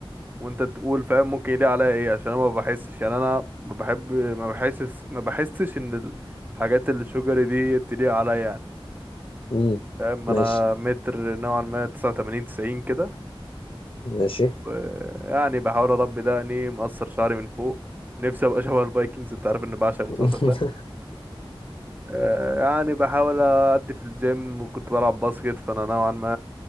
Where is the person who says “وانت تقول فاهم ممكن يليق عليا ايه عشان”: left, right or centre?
Right